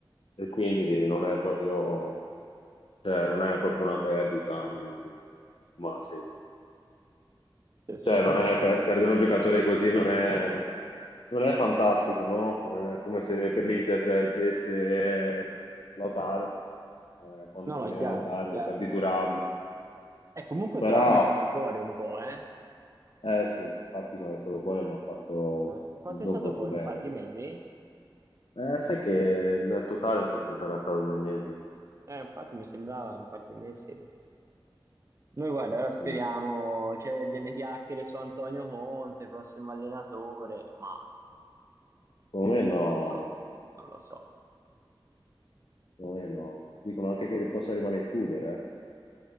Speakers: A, on the left (about 75°); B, on the right (about 35°).
A: e quindi non è proprio... Cioè, non è proprio una perdita, mh, ma sì.
B: Sì, sì,
A: Cioè,
B: sì,
A: non
B: sì,
A: è
B: sì,
A: per-
B: sì.
A: perdere un giocatore così non è, non è fantastico, no? Eh, È come se per l'Inter perdesse Lautaro, eh, quando
B: No,
A: perdiamo
B: no, è chiaro,
A: Lautaro,
B: chiaro.
A: perdi Thuram.
B: E comunque
A: Però,
B: Thuram è stato fuori un po', eh?
A: eh sì, infatti quando è stato fuori non ha fatto
B: Eh, Quanto
A: non
B: è stato
A: proprio
B: fuori?
A: bene.
B: Un par di mesi?
A: Eh, sai che nel totale forse sarà stato due mesi.
B: Eh, infatti mi sembrava un par di mesi. Noi guarda, ora speriamo,
A: Mm.
B: c'è delle chiacchiere su Antonio Conte, prossimo allenatore, ma
A: Secondo me no,
B: Non lo so, non lo so.
A: secondo me no. Dicono anche che possa rimanere Tudor, eh.